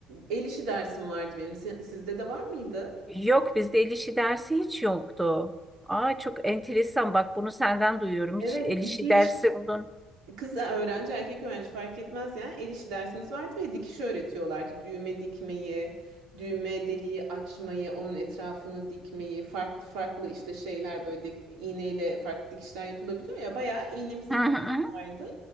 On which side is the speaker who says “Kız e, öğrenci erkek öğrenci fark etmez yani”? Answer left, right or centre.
Right